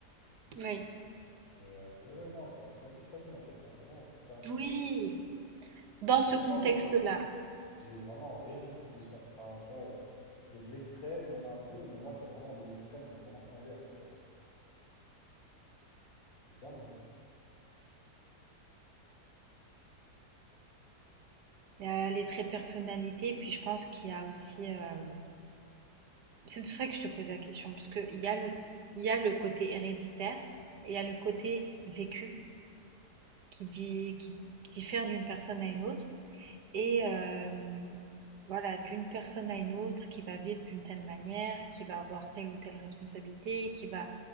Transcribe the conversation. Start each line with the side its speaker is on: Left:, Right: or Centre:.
Right: oui.
Left: Mais euh, ouais, ouais, non, c'est un truc un peu de famille en fait, c'est un- vraiment un trait de caractère.
Right: Oui, dans
Left: Mais je sais
Right: ce
Left: pas
Right: contexte-là.
Left: pourquoi moi j'ai j'ai vraiment rien du tout de ça. Enfin, tu vois, euh, il y a de l'extrême, il y en a un peu, mais moi c'est vraiment l'extrême, mais vraiment inverse quoi. C'est dingue, hein.
Right: Il y a les traits de personnalité, puis je pense qu'il y a aussi. euh, C'est pour ça que je te pose la question, parce qu'il y a le, il y a le côté héréditaire et il y a le côté vécu qui, di- qui diffère d'une personne à une autre. Et euh, voilà, d'une personne à une autre qui va vivre d'une telle manière, qui va avoir telle ou telle responsabilité, qui va